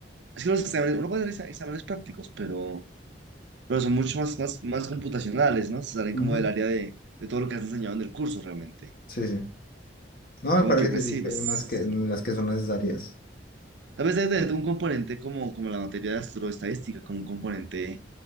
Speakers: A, on the right; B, on the left.
A: es que los exámenes, uno puede hacer exa- exámenes prácticos, pero, pero son mucho más, más, más computacionales, ¿no? Se salen
B: Ujú,
A: como del área de, de todo lo que has enseñado en el curso realmente.
B: Sí, sí. No,
A: Como
B: me parece
A: que, pues
B: que sí,
A: sí,
B: que
A: pues.
B: hay unas que, en las que son necesarias.
A: Tal vez debe tener un componente como, como la materia de astroestadística, como un componente